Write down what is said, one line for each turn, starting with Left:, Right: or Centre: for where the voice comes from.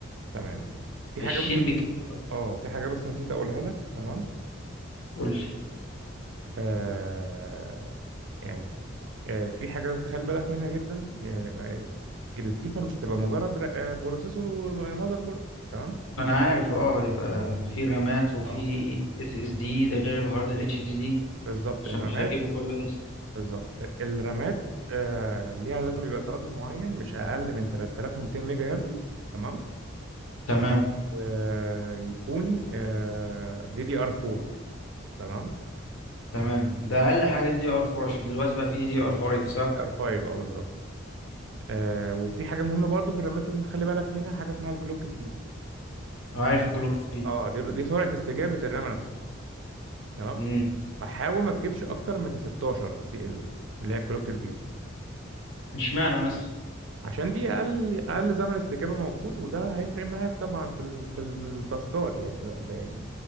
Right: تمام في
Left: 20
Right: حاجة بس
Left: بكتير أوي.
Right: اه في حاجة بس نسيت اقولها لك تمام
Left: قول لي
Right: آه يعني آه في حاجة لازم تخلي بالك منها جدا آه آه، الكيسة مش هتبقى مجرد ر- آه بروسيسور ومذر بورد تمام
Left: أنا عارف اه يبقى في رامات وفي
Right: اه
Left: اس اس دي ده غير الهارد ال اتش دي دي
Right: بالظبط
Left: عشان
Right: الرامات
Left: مش هجيبه كله لسه.
Right: بالظبط الرامات آه ليها لازم يبقى تردد معين مش اقل من 3200 ميجا هرتز تمام
Left: تمام
Right: ويكون دي دي ار 4 تمام
Left: تمام ده أقل حاجة دي دي ار 4 عشان دلوقتي بقى في دي دي ار 5 صح؟
Right: دي ار 5 اه بالظبط آه، وفي حاجه مهمه برضو في الرامات لازم تخلي بالك منها حاجه اسمها الكلوك سبيد
Left: وعارف الكلوك سبيد
Right: اه دي دي سرعه استجابه الرامه نفسها تمام
Left: امم
Right: ما حاول ما تجيبش اكتر من 16 سي ال اللي هي الكلوك سبيد دي
Left: اشمعنى مثلا
Right: عشان دي اقل اقل زمن استجابه موجود وده هيفرق معاك طبعا في ال... في التاسكات يعني ب- يعني